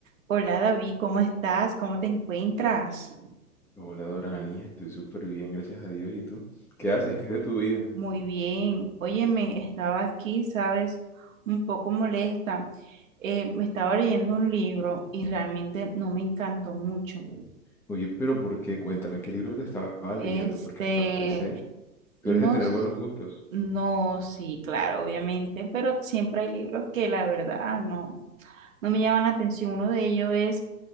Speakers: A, on the right (about 60°); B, in the centre.
A: Hola David, ¿cómo estás? ¿Cómo te encuentras?
B: Hola Doranis, estoy súper bien, gracias a Dios. ¿Y tú? ¿Qué haces? ¿Qué es de tu vida?
A: Muy bien. Óyeme, estaba aquí, sabes, un poco molesta. Eh, me estaba leyendo un libro y realmente no me encantó mucho.
B: Oye, pero ¿por qué? Cuéntame, ¿qué libro te estabas
A: Este,
B: leyendo? Porque hasta donde sé,
A: no,
B: tú eres de tener
A: s-
B: buenos gustos.
A: no, sí, claro, obviamente, pero siempre hay libros que la verdad ah, no, no me llaman la atención. Uno de ellos es